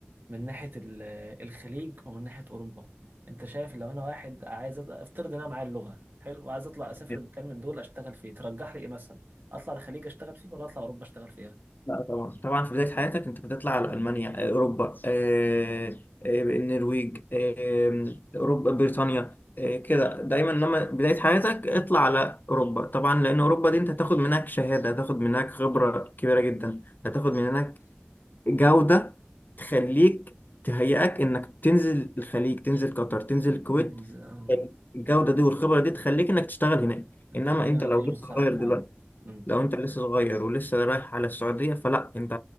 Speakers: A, on the right; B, on the left.
A: من ناحية ال- الخليج ومن ناحية أوروبا أنت شايف لو أنا واحد عايز أبدأ أفترض إن أنا معايا اللغة حلو وعايز أطلع أسافر
B: <laughs>
A: مكان من دول أشتغل فيه ترجح لي إيه مثلا أطلع الخليج أشتغل فيه ولا أطلع أوروبا أشتغل فيها؟
B: لا طبعا طبعا في بداية حياتك أنت بتطلع على ألمانيا آه، أوروبا آه، آه، النرويج آه، أوروبا بريطانيا آه، كده دايما لما بداية حياتك اطلع على أوروبا طبعا لأن أوروبا دي أنت هتاخد منك شهادة هتاخد منك خبرة كبيرة جدا هتاخد
A: بالظبط
B: منك جودة تخليك تهيئك انك تنزل الخليج تنزل قطر تنزل الكويت
A: إنز- آم،
B: الجودة دي والخبرة دي تخليك انك تشتغل هناك
A: أنت
B: انما
A: كده
B: انت لو
A: كلامك
B: لسه
A: صح
B: صغير
A: فعلا
B: دلوقتي
A: مم.
B: لو انت لسه صغير ولسه رايح على السعودية فلا انت